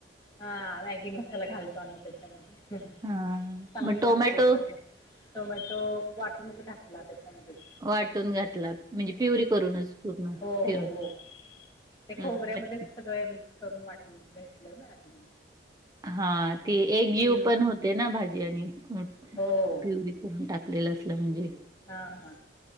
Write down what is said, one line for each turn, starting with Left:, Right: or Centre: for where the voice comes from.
Left: हा मॅगी मसाला घालतो आम्ही त्याच्यामध्ये
Right: हां.
Left: चांगली
Right: मग टोमॅटो
Left: लागते चव लाग टोमॅटो वाटूनच घातला त्याच्या मधेच
Right: वाटून घातला म्हणजे प्युरी करूनच पूर्ण
Left: हो
Right: फिरून
Left: हो हो ते
Right: हं.
Left: खोबऱ्यामध्ये सगळं मिक्स करून वाटून घेेतलं ना आधी
Right: हा ते एक जीव
Left: हम्म
Right: पण होते ना भाजी आणि प्युरी
Left: हो
Right: करून टाकलेलं असलं म्हणजे
Left: हा हा